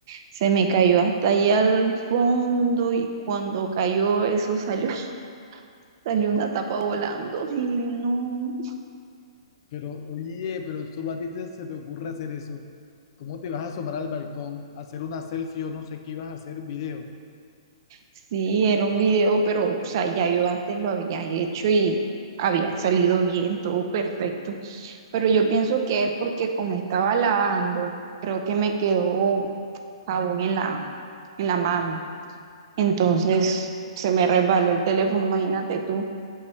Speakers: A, on the right; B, on the left.
A: Se me cayó hasta allá al fondo y cuando cayó eso salió, <laughs> salió una tapa volando. Ay, no.
B: Pero, oye, pero solo a ti te- se te ocurre hacer eso. ¿Cómo te vas a asomar al balcón, a hacer una selfie o no sé qué ibas a hacer, video?
A: Sí, era un video, pero o sea, ya yo antes lo había hecho y había salido bien, todo perfecto. Pero yo pienso que es porque como estaba lavando, creo que me quedó jabón en la, en la mano. Entonces se me resbaló el teléfono, imagínate tú.